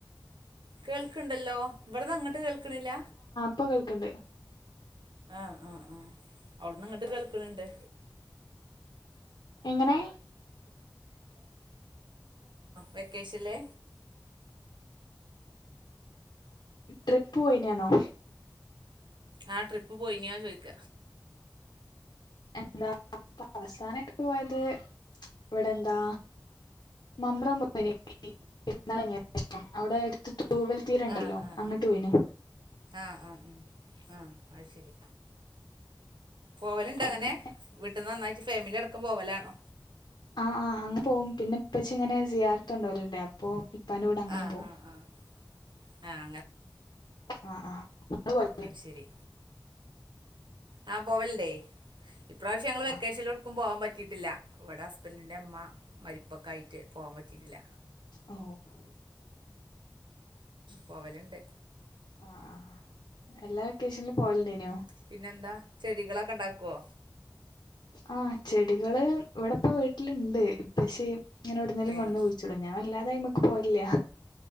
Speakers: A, on the right; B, on the left.
A: കേൾക്കണ്ടല്ലോ ഇവിടന്ന് അങ്ങിട്ട് കേൾക്കണില്ല.
B: ഇപ്പ കേൾക്കണ്ട്
A: ആ ആ ആ അവിടന്ന് ഇങ്ങട്ട് കേൾക്കണ്‌ണ്ട്.
B: എങ്ങനെ?
A: വെക്കേഷനിലെ
B: ട്രിപ്പ് പോയിനാണോ?
A: ആ ട്രിപ്പ് പോയിനോ ചോയിക്ക?
B: എന്താ അപ്പ അവസാനയിട്ട് പോയത് ഇവിടെ എന്താ മമ്പ്രം പോയിനി പെരുന്നാള്ഞ്ഞ് അവിടെ എടുത്തട്ട് തൂവൽ തീരണ്ടല്ലോ
A: ആ ആ
B: അങ്ങട്ട്
A: ആ
B: പോയിനു
A: ആ ആ ഉം ആ അത് ശരി പോവലുണ്ടങ്ങനെ
B: പിന്നെ
A: വീട്ടനോന്നായി ഫാമിലി അടക്കം പോവലാണോ
B: ആ ആ അങനേ പോവും പിന്നെ ഇപ്പച്ചിങ്ങനെ സിയാറത്ത്കൊണ്ടോലിണ്ടെ അപ്പൊ ഇപ്പാന്റെ കൂടെ അങ്ങനെം
A: ആഹ്
B: പോവും
A: ആഹ് ആഹ് ആഹ്
B: ആ ആ ഇങ്ങള് പോയോ
A: അയ്ശരി ആ പോവലണ്ടേ ഇപ്രാവശ്യം ഞങ്ങള് വെക്കേഷനിൽ
B: ആ
A: എവ്ടുക്കും പോവാൻ പറ്റിയിട്ടില്ല ഇവിടെ ഹസ് ബൻ്റിൻ്റെമ്മ മരിപ്പൊക്കായിട്ട് പോവാൻ പറ്റിയിട്ടില്ല
B: ഓ
A: പോവല്ണ്ട്
B: ആ ആ എല്ലാ വൊക്കേഷനിലും പോവല്ണ്ടേയ്നോ
A: പിന്നെന്താ ചെടികളൊക്കെണ്ടാക്കോ
B: ആ ചെടികള് ഇവിടെപ്പം വീട്ടിലുണ്ട് പക്ഷേ ഇങ്ങനെ എവിടെന്നെലും
A: ഏഹ്
B: കൊണ്ടന്ന് കുഴിച്ചിടും ഞാൻ വല്ലാതയ്മക്ക് പോവലില്ല